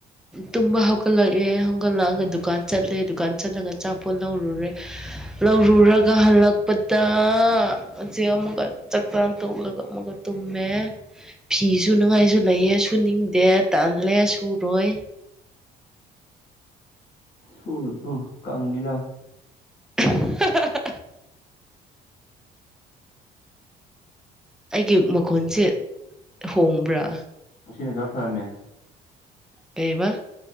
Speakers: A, in the centre; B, on the left (about 65°).
A: ꯇꯨꯝꯕ ꯍꯧꯒꯠꯂꯛꯑꯦ ꯍꯧꯒꯠꯂꯛꯑꯒ ꯗꯨꯀꯥꯟ ꯆꯠꯂꯦ ꯗꯨꯀꯥꯟ ꯆꯠꯂꯒ ꯑꯆꯥꯄꯣꯠ ꯂꯧꯔꯨꯔꯦ ꯂꯧꯔꯨꯔꯒ ꯍꯜꯂꯛꯄꯗ ꯑꯁꯤ ꯑꯃꯨꯛꯀ ꯆꯥꯛ ꯆꯥ ꯇꯣꯛꯂꯒ ꯑꯃꯨꯛꯀ ꯫ ꯇꯨꯝꯃꯦ ꯐꯤꯁꯨ ꯅꯨꯡꯉꯥꯏꯁꯨ ꯂꯩꯌꯦꯦ ꯁꯨꯅꯤꯡꯗꯦ ꯇꯥꯜꯂꯦ ꯁꯨꯔꯣꯏ
B: ꯁꯨꯅꯨ ꯁꯨꯅꯨ ꯀꯪꯒꯤꯅꯅꯦ ꯫
A: <unintelligible> ꯑꯩꯒꯤ ꯃꯈꯣꯟꯁꯦ ꯍꯣꯡꯕ꯭ꯔꯥ
B: ꯑꯁꯤꯅ ꯈꯔ ꯐꯔꯅꯦ
A: ꯇꯕ